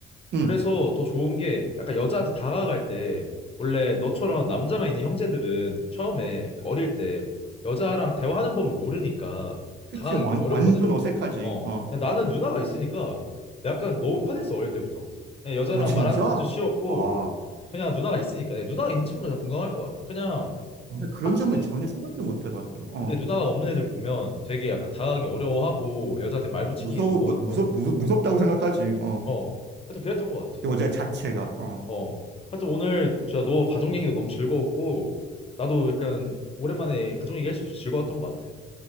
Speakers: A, on the right (about 60°); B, on the left (about 30°).
A: 응.
B: 그래서 더 좋은 게 약간 여자한테 다가갈 때 원래 너처럼 남자만 있는 형제들은 처음에 어릴 때 여자랑 대화하는 법을 모르니까 좀
A: 그치.
B: 다가가기
A: 완,
B: 좀 어렵거든?
A: 완전 어색하지.
B: 어.
A: 어.
B: 근데 나는 누나가 있으니까 약간 너무 편했어 어릴 때부터. 그냥 여자랑
A: 어, 진짜?
B: 말하는 것도 쉬웠고
A: 와.
B: 그냥 누나가 있으니까 내 누나가 있는 친구들 다 공감할 거야. 그냥
A: 어, 나 그런
B: 똑같이
A: 점은
B: 되는
A: 전혀 생각도
B: 거.
A: 못 해봤다. 어.
B: 근데 누나가 없는 애들 보면 되게 약간 다가가기 어려워하고 여자한테 말 붙이기도
A: 무서워,
B: 어려워.
A: 무, 무섭, 무, 무섭다고 생각하지. 어.
B: 어. 하여튼 그랬던 것 같아.
A: 여자 자체가. 어.
B: 어. 하여튼 오늘 진짜 너 가족 얘기도 너무 즐거웠고 나도 약간 오랜만에 가족 얘기할 수 있어서 즐거웠던 것 같아.